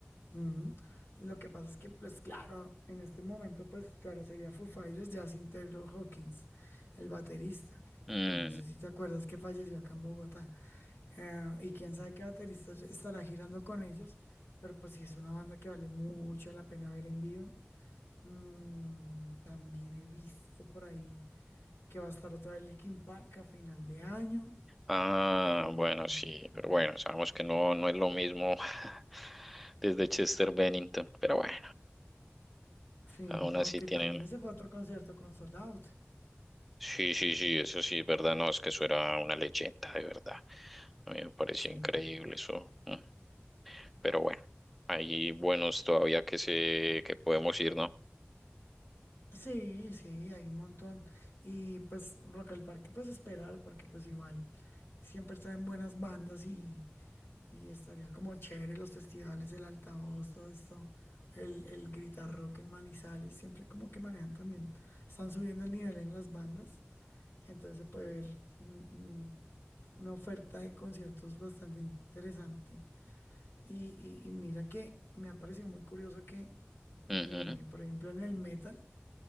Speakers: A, on the left (about 70°); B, in the centre.
A: Mm. Lo que pasa es que, pues claro, en este momento, pues claro, sería Foo Fighters ya sin Taylor Hawkins, el baterista.
B: Mm,
A: No sé si te acuerdas que falleció acá en Bogotá. Eh, y quién sabe qué baterista estará girando con ellos, pero pues sí es una banda que vale mucho la pena ver en vivo. Mm, también he visto por ahí que va a estar otra vez Linkin Park a final de año.
B: Ah,
A: Eh,
B: bueno, sí,
A: sí,
B: pero bueno, sabemos que no, no es lo mismo <laughs> desde Chester Bennington, pero bueno,
A: sí,
B: aún
A: aunque
B: así tienen,
A: también ese fue otro concierto con Sold Out.
B: sí, sí, sí, eso sí, verdad, no, es que eso era una leyenda, de verdad. A mí me parecía
A: Sí,
B: increíble eso. mm. Pero bueno, hay buenos todavía que se, que podemos ir, ¿no?
A: sí, sí, hay un montón. Y pues Rock al Parque, pues esperar, porque pues igual siempre traen buenas bandas y, y estaría como chévere los festivales, el altavoz, todo esto. El, el gritar rock en Manizales, siempre como que manejan también, están subiendo el nivel en las bandas. Entonces se puede ver mm, mm, una oferta de conciertos bastante interesante. Y, y- y mira que me ha parecido muy curioso que,
B: Ujú.
A: eh, por ejemplo, en el metal,